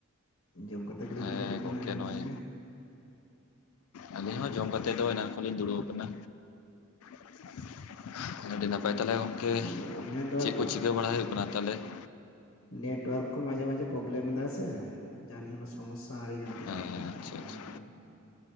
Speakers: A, on the left; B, on the left.
A: ᱡᱚᱢ ᱠᱟᱛᱮ ᱜᱮᱞᱤᱧ
B: ᱦᱮ
A: ᱫᱩᱲᱩᱵ ᱟᱠᱟᱱᱟ
B: ᱜᱚᱢᱠᱮ
A: ᱮᱱᱟᱝ
B: ᱱᱚᱜ-ᱚᱭ
A: ᱠᱷᱚᱱ ᱜᱮ
B: ᱟᱹᱞᱤᱧ ᱦᱚ ᱡᱚᱢ ᱠᱟᱛᱮ ᱫᱚ ᱮᱱᱟᱱ ᱠᱷᱚᱱ ᱞᱤᱧ ᱫᱩᱲᱩᱵ ᱠᱟᱱᱟ <inaudible> ᱟᱹᱰᱤ ᱱᱟᱯᱟᱭ ᱛᱟᱦᱞᱮ ᱜᱚᱢᱠᱮ
A: ᱟᱫᱚ ᱱᱮᱴᱣᱟᱨᱠ
B: ᱪᱮᱫ ᱠᱚ ᱪᱤᱠᱟᱹ ᱵᱟᱲᱟ ᱦᱩᱭᱩᱜ ᱠᱟᱱᱟ ᱛᱟᱦᱚᱞᱮ ᱾
A: ᱱᱮᱴᱳᱣᱟᱨᱠ ᱠᱚ ᱢᱟᱡᱷᱮ ᱢᱟᱡᱷᱮ ᱯᱨᱚᱵᱞᱮᱢ ᱮᱫᱟ ᱥᱮ᱾ ᱡᱟᱨ ᱡᱚᱱᱚ ᱥᱚᱢᱚᱥᱟ ᱟᱹᱰᱤᱜᱟᱱ ᱛᱮᱭᱟᱨᱚᱜ
B: ᱦᱮᱸ
A: ᱠᱟᱱᱟ ᱱᱚᱣᱟ
B: ᱟᱪᱪᱷᱟ
A: ᱠᱚᱨᱮᱱᱟᱜ᱾
B: ᱟᱪᱪᱷᱟ